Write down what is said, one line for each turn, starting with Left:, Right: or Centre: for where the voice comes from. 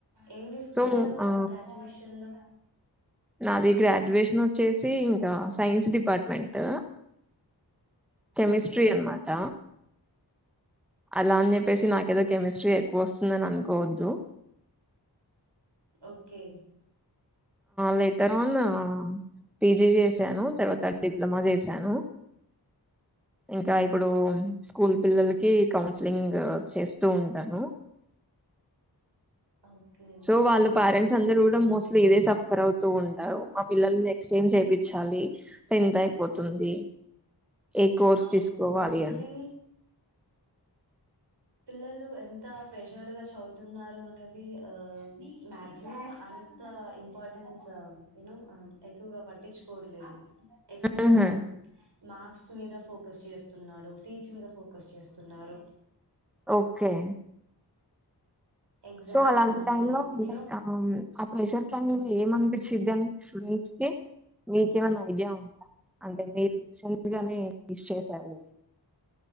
Right: ఏం తీసుకున్నారు
Centre: సో ఆ
Right: గ్రాడ్యుయేషన్ లో
Centre: నాది గ్రాడ్యుయేషన్ వచ్చేసి ఇంకా science department chemistry
Right: okay
Centre: అనమాట అలా అని చెప్పేసి నాకేదో కెమిస్ట్రీ ఎక్కువ వస్తుందని అనుకోవద్దు
Right: ఓకే
Centre: లెటర్ ఆన్ పీజీ చేశాను తర్వాత డిప్లొమా చేశాను ఇంకా ఇప్పుడు స్కూల్ పిల్లలకి కౌన్సిలింగ్ చేస్తూ ఉంటాను
Right: ఓకే
Centre: సో వాళ్ళు పేరెంట్స్ అందరు కూడా మోస్ట్లీ ఇదే సబ్ ఉంటారు మా పిల్లలు నెక్స్ట్ టైం చేయిచాలి టెన్త్ అయిపోతుంది ఏ కోర్స్
Right: అవును
Centre: తీసుకోవాలి
Right: మోస్ట్లీ
Centre: అని
Right: పిల్లలు ఎంత ప్రెషర్ గా చదువుతున్నారు అనేది ఆ మక్సిమం అంత ఇంపార్టెన్స్ యనో ఎక్కువగా పట్టించుకోట్లేదు ఎక్కువగా
Centre: ఆహా!
Right: మార్క్స్ మీద ఫో ఫక చేస్తున్నారు సీచ్ మీద ఫోకస్ చేస్తున్నారు
Centre: ఓకే
Right: ఎగ్జామ్స్
Centre: సో అలాంటి
Right: కానీ
Centre: టైమ్ లో ఉంటా
Right: యూనో
Centre: ఆ ఆ ప్రెషర్ ముంగా ఏమనిపించిద్దం స్టూడెంట్స్ కి మీకేమన్నా ఐడియా ఉంటా అంటే మీరు చల్లిగానే తీస్ చేసారు